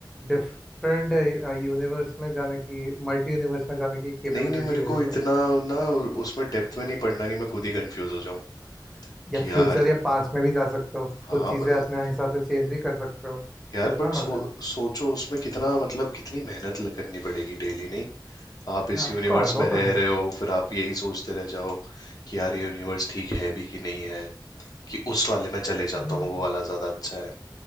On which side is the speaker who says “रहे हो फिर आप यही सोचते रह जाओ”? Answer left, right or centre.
Left